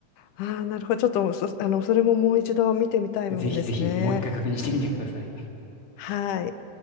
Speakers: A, on the left; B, on the left.
A: ああ、なるほど。ちょっとそ、あの、それももう一度見てみたいもんですね。
B: ぜひぜひもう一回確認してみてください。
A: はい。